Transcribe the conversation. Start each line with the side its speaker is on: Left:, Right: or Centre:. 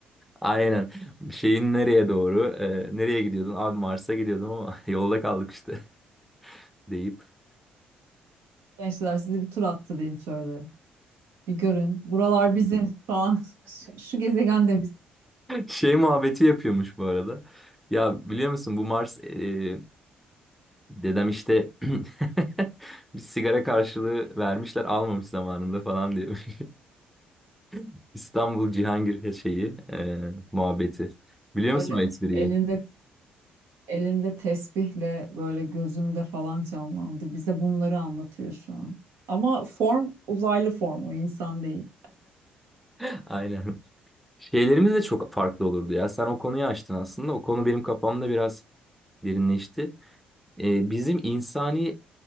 Centre: aynen şeyin nereye doğru e, nereye gidiyordun abi Mars'a gidiyordum ama <laughs> yolda kaldık işte <laughs> deyip.
Right: Gençler sizi bir tur attırayım şöyle. Bir görün. Buralar bizim falan. Şu şu gezegen de
Centre: Şey muhabbeti yapıyormuş bu arada. Ya biliyor musun bu Mars e, dedem işte <clears throat> bir sigara karşılığı vermişler almamış zamanında falan diyor. <laughs> İstanbul Cihangir şeyi e, muhabbeti. Biliyor
Right: Böyle
Centre: musun bu espriyi?
Right: elinde elinde tesbihle böyle gözümde falan canlandı. Bize bunları anlatıyor şu an. Ama form uzaylı form o insan değil.
Centre: <laughs> Aynen. Şeylerimiz de çok farklı olurdu ya. Sen o konuyu açtın aslında. O konu benim kafamda biraz derinleşti. E, bizim insani